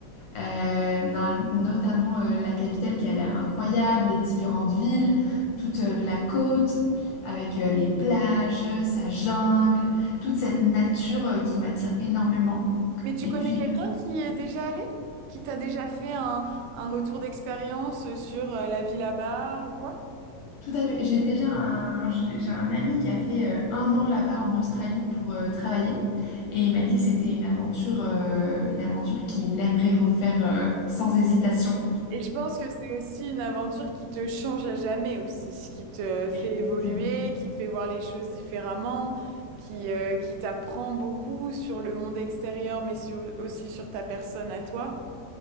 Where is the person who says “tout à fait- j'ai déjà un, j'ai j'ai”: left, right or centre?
Left